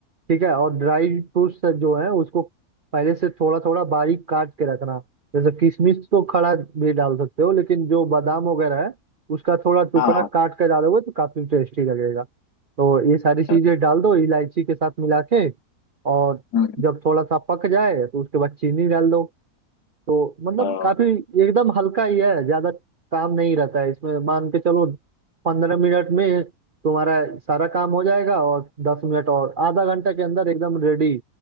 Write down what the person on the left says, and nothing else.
हाँ हाँ
अच्छा
अच्छा
हम्म,
हाँ,